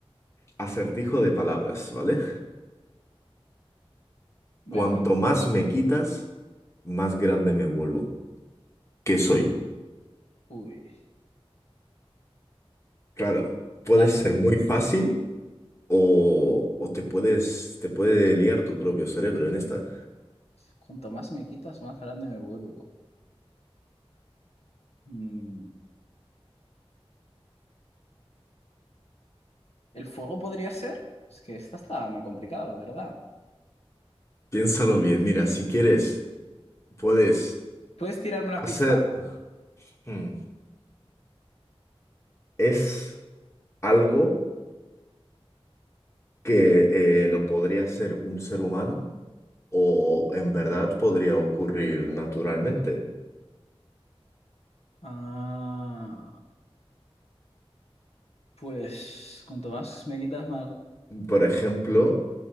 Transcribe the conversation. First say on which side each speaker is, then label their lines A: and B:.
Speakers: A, on the left; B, on the left.
A: Acertijo de palabras, ¿vale?
B: Venga.
A: Cuanto más me quitas, más grande me vuelvo. ¿Qué soy?
B: Uy,
A: Claro,
B: claro.
A: puede ser muy fácil o, o te puedes, te puede liar tu propio cerebro en esta.
B: Cuanto más me quitas, más grande me vuelvo. Mm, ¿El fuego podría ser? Es que esta está muy complicada, la verdad.
A: Piénsalo bien. Mira, si quieres, puedes
B: ¿Puedes tirarme una
A: hacer...
B: pista?
A: Hmm. Es algo que eh, lo podría hacer un ser humano o en verdad podría ocurrir naturalmente.
B: Ah. Pues cuanto más me quitas, más...
A: Por ejemplo,